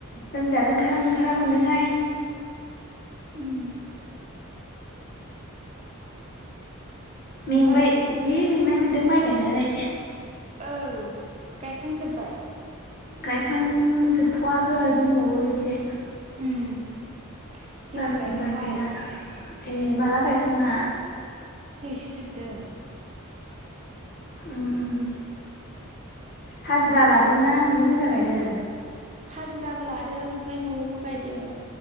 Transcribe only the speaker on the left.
लोमजानो ओंखारहां ओंखारहां मोनदोंहाय।
मेंबाय
जि मेंनायमोन्दों माइ गायनानै।
गायखां जोबथवाखै दंबावो इसे।
बारा
बुरजा गैला ए माला गायखांङा।
उम उम हाजिरा लादोंना ननि गोजा गायदों।